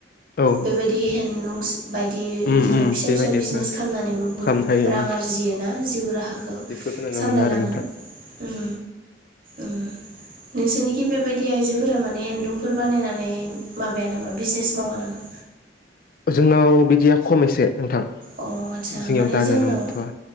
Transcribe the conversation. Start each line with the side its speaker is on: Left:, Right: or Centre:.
Left: औ
Right: बेबाय दि हेन्दलुमस बायदि बिदिनो
Left: उम उम
Right: फिसा
Left: बेबायदिबो
Right: फिसा बिजनेस खालामनानैबो बुहुत
Left: खालामनो हायो
Right: रां
Left: उम
Right: आरजियो ना जिउ राहाखौ
Left: बेफोरखौ नुनो
Right: सामलायलाङो
Left: मोनो आरो नोंथां
Right: उम उम नोंसोरनिखि बेबायदि आइजोफोरा माने हेन्दलुमफोर बानायनानै माबाया नामा बिजनेस मावा नामा
Left: जोंनाव बिदिया खम एसे नोंथां
Right: अ आस्सा
Left: जोंनियाव
Right: माने
Left: दा
Right: जोंनाव
Left: नुनो मोनथ'वा